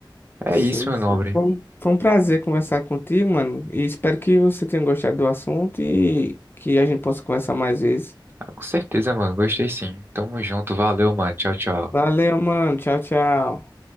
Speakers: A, on the right; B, on the left.
A: É
B: Sim,
A: isso, meu
B: sim.
A: nobre.
B: Foi um foi um prazer conversar contigo, mano. E espero que você tenha gostado do assunto e que a gente possa conversar mais vezes.
A: Ah, com certeza, mano, gostei sim. Tamo junto, valeu, mano. Tchau, tchau.
B: Valeu, mano. Tchau, tchau.